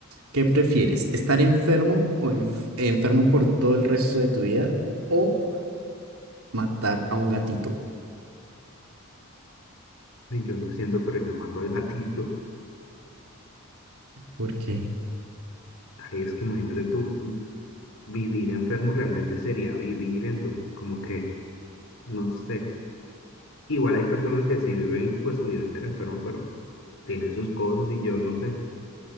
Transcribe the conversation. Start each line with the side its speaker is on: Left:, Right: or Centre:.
Right: ¿qué prefieres? ¿Estar enfermo o enf- enfermo por todo el resto de tu vida o matar a un gatito?
Left: y Yo lo siento, pero yo mato al gatito.
Right: ¿Por qué?
Left: Ay, es que imagínate tú, mm, vivir enfermo realmente sería vivir, entonces como que, no sé. Igual hay personas que sí viven pues su vida entera enfermo, pero tienen sus cosas y yo no sé.